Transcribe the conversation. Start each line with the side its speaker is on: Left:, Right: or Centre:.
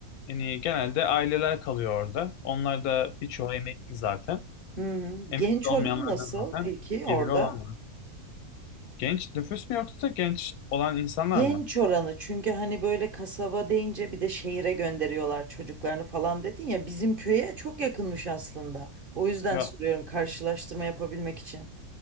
Left: Yani genelde aileler kalıyor orada. Onlar da birçoğu emekli zaten.
Right: Hı hı.
Left: Emekli
Right: Genç
Left: olmayanlar
Right: oranı nasıl
Left: da zaten
Right: peki
Left: geliri
Right: orada?
Left: olanlar. Genç nüfus mu yoksa genç olan insanlar
Right: Genç
Left: mı?
Right: oranı çünkü hani böyle kasaba deyince bir de şehire gönderiyorlar çocuklarını falan dedin ya bizim köye çok yakınmış aslında. O yüzden
Left: Ya
Right: soruyorum karşılaştırma yapabilmek için.